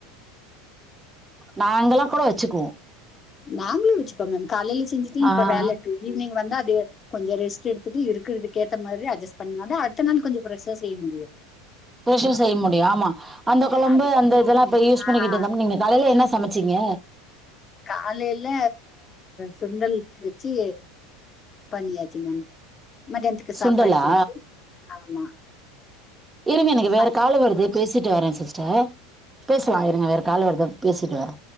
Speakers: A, on the right (about 15°); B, on the left (about 30°).
A: நாங்கல்லா கூட வெச்சிக்குவோ
B: நாங்களு வெச்சிப்போங்க காலையில செஞ்சிட்டு இப்ப
A: ஆ
B: வேல இருக்கு ஈவினிங் வந்த அப்டே கொஞ்ச ரெஸ்ட் எடுத்துட்டு இருக்கறதுக்கு ஏத்த மாரி அட்ஜஸ்ட் பண்ணனா அடுத்த நாள் கொஞ்ச ஃப்ரெஷா செய்ய முடியு
A: புதுசா செய்ய முடியு ஆமா அந்த கொழம்பு
B: அதுக்காக
A: அந்த இதெல்லா இப்ப யூஸ் பண்ணிக்கிட்டு
B: ஆஹ்
A: இருந்த நீங்க காலையில என்ன சமச்சிங்க
B: காலையில சுண்டல் வெச்சி பண்ணியாச்சி மேம் மதியானத்துக்கு
A: சுண்டலா
B: சாப்பாடு செஞ்சி ஆமா
A: இருங்க எனக்கு வேற
B: மதியம்
A: காலு வருது பேசிட்டு வரே சிஸ்டர் பேசலா இருங்க வேற காலு வருது பேசிட்டு வரே